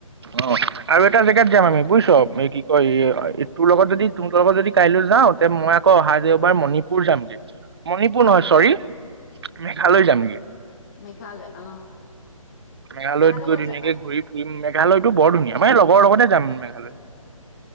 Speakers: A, on the right; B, on the left.
A: অ আৰু এটা জেগাত যাম আমি বুজিছো এই কি কয় তোৰ লগত যদি তোৰ লগত যদি কাইলৈ যাওঁ তে মই আকৌ অহা দেওবাৰে মণিপুৰ যামগে মণিপুৰ
B: হয়
A: নহয়
B: নেকি
A: চৰি মেঘালয় যামগে
B: মেঘালয় অ
A: মেঘালয়ত
B: কাৰ লগত
A: গৈ ধুনীয়াকে
B: যাবা
A: ঘূৰি ফুৰি মেঘালয়তটো বৰ ধুনীয়া মই লগৰ লগতে যাম মেঘালয়